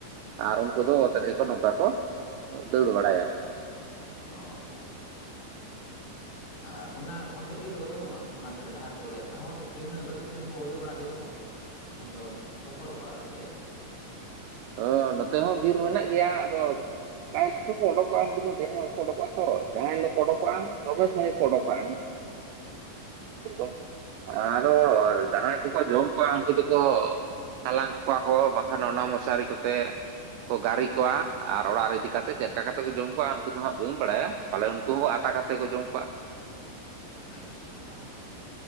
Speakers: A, on the right; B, on the left.
A: ᱟᱨ ᱩᱱᱠᱩ
B: ᱦᱳᱭ
A: ᱫᱚ ᱚᱛ ᱨᱮᱜᱮ ᱠᱚ ᱱᱚᱝᱠᱟ ᱠᱚ ᱫᱟᱹᱲ ᱵᱟᱲᱟᱭᱟ᱾
B: ᱦᱳᱭ᱾ ᱟ ᱚᱱᱟ ᱚᱱᱛᱮ ᱵᱤᱨ ᱠᱚᱫᱚ ᱵᱟᱱᱩᱜ-ᱟ ᱚᱱᱟ ᱠᱚᱨᱮ ᱰᱟᱦᱟᱨ ᱠᱚᱨᱮ ᱛᱟᱦᱚᱸ ᱵᱤᱱᱟᱹ ᱵᱟᱹᱛᱤ ᱛᱮᱦᱚᱸ ᱠᱚ ᱩᱰᱟᱹᱣ ᱵᱟᱲᱟᱜ ᱜᱮᱫᱚ ᱾ ᱤᱱᱠᱷᱟᱱ ᱫᱚ ᱵᱟᱠᱚ ᱚᱰᱳᱜ ᱵᱟᱲᱟᱜᱼᱟ ᱥᱮ ᱪᱮᱫ?
A: ᱳ ᱱᱚᱛᱮ ᱦᱚᱸ ᱵᱤᱨ ᱢᱮᱱᱟᱜ ᱜᱮᱭᱟ ᱟᱫᱚ <unintelligible> ᱫᱚᱠᱚ ᱚᱰᱳᱠᱚᱜᱼᱟ ᱩᱱᱠᱩ ᱫᱚ ᱫᱤᱱᱟᱹᱢ ᱜᱮ ᱠᱚ ᱩᱰᱳᱠᱚᱜᱼᱟ ᱛᱚ ᱡᱟᱦᱟᱸᱭ ᱦᱤᱞᱳᱜ ᱠᱚ ᱚᱰᱳᱠᱚᱜᱼᱟ
B: ᱦᱩᱸ
A: <unintelligible> ᱥᱚᱢᱚᱭ ᱜᱮᱠᱚ ᱚᱰᱚᱠᱚᱜᱼᱟ <unintelligible> ᱟᱨᱚ ᱡᱟᱦᱟᱸᱭ ᱠᱚᱠᱚ ᱡᱚᱢ ᱠᱚᱣᱟ ᱩᱱᱠᱩ ᱫᱚᱠᱚ ᱦᱟᱞᱟᱝ ᱠᱚᱣᱟ ᱠᱚ ᱵᱟᱠᱷᱟᱱ ᱚᱱᱟ ᱢᱚᱥᱟᱨᱤ ᱠᱚᱛᱮ ᱠᱚ ᱜᱟᱨᱤ ᱠᱚᱣᱟ ᱟᱨ ᱚᱲᱟᱜ ᱨᱮ ᱤᱫᱤ ᱠᱟᱛᱮ ᱪᱮᱜᱠᱟ ᱠᱟᱛᱮ ᱠᱚ ᱡᱚᱢ ᱠᱚᱣᱟ ᱩᱱᱠᱩ ᱫᱚ ᱦᱟᱸᱜ ᱵᱟᱹᱧ ᱵᱟᱲᱟᱭᱟ᱾ ᱛᱟᱦᱚᱞᱮ ᱩᱱᱠᱩ ᱦᱚᱸ ᱟᱛᱟ ᱠᱟᱛᱮ ᱠᱚ ᱡᱚᱢ ᱠᱩᱣᱟ᱾
B: ᱟᱸᱪᱪᱷᱟᱸ, ᱟᱸᱨ